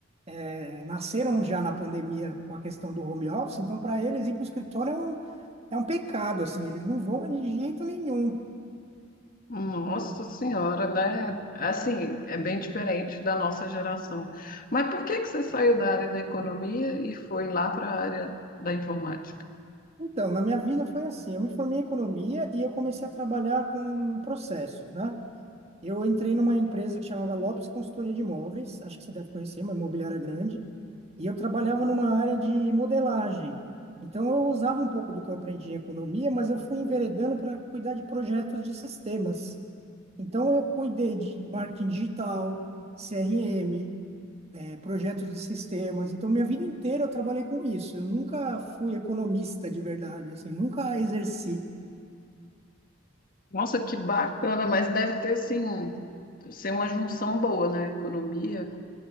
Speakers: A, on the right (about 35°); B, on the left (about 50°).
A: É, nasceram já na pandemia com a questão do home office, então para eles ir para o escritório é um, é um pecado, assim, eles não vão de jeito nenhum.
B: Nossa Senhora, né? Assim, é bem diferente da nossa geração. Mas por que que você saiu da área da economia e foi lá para a área da informática?
A: Então, na minha vida foi assim, eu me formei em economia e eu comecei a trabalhar com processos, né? Eu entrei numa empresa que chamava Lopes Consultoria de Imóveis, acho que você deve conhecer, uma imobiliária grande, e eu trabalhava numa área de modelagem. Então, eu usava um pouco do que eu aprendi em economia, mas eu fui enveredando para cuidar de projetos de sistemas. Então, eu cuidei de marketing digital, CRM, eh, projetos de sistemas. Então, minha vida inteira eu trabalhei com isso. Eu nunca fui economista de verdade, assim, nunca exerci.
B: Nossa, que bacana, mas deve ter, assim, ser uma junção boa, né? Economia